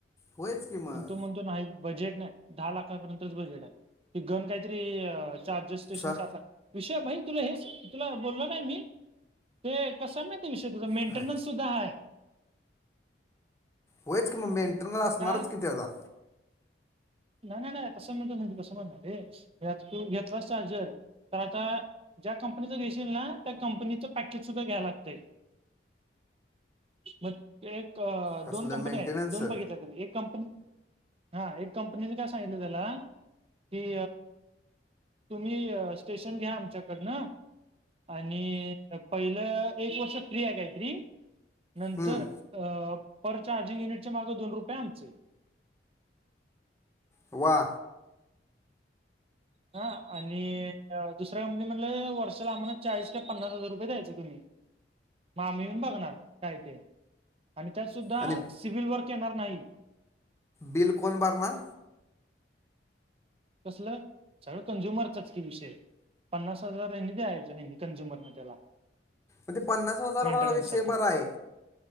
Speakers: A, on the left; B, on the right.
A: होयच की मग
B: पण तू म्हणतो नाही. बजेट नाही दहा लाखापर्यंतच बजेट आहे. ते घेऊन काहीतरी चार्ज स्टेशन
A: सर
B: सातला विषय भाई तुला हेच तुला बोललो नाही मी ते कसा विषय तुझा मेंटेनन्स
A: काय
B: सुद्धा हाय.
A: होय की मग मेंटेनन्स असणारच
B: त्या
A: कि मग तेजा.
B: नाही नाही नाही तसं म्हणत नाही तू आता तू घेतलास चार्जर तर आता? ज्या कंपनीच घेशील ना. त्या कंपनीचं पॅकेज सुद्धा घ्या लागतय. मग <inaudible> एक
A: कसलं
B: दोन कंपनी
A: मेंटेनन्स
B: आहेत. दोन बघितल्या तुम्ही एक कंपनी हा एक कंपनीने काय सांगितलं <inaudible> त्याला की तुम्ही स्टेशन घ्या आमच्या कडनं आणि पहिलं एक वर्ष फ्री हाय कायतरी नंतर
A: हम्म,
B: पर चार्जिंग युनिटच्या मागे दोन रुपये आमचे.
A: वा!
B: हा आणि दुसऱ्या कंपनी म्हटलं. वर्षाला आम्हाला चाळीस किंवा पन्नास हजार रुपये द्यायच तुम्ही? म आम्ही येऊन बघणार काय ते आणि त्यात सुद्धा
A: आणि
B: सिव्हिल वर्क येणार नाही.
A: बिल कोण भरणार?
B: कसलं? सगळं कंझ्युमरचाच की विषय पन्नास हजार ह्यांनी द्यायचं. ह्यांनी कंझ्युमरनी त्याला
A: मग ते पन्नास हजार
B: मेंटेनन्ससाठी
A: हा विषय बराय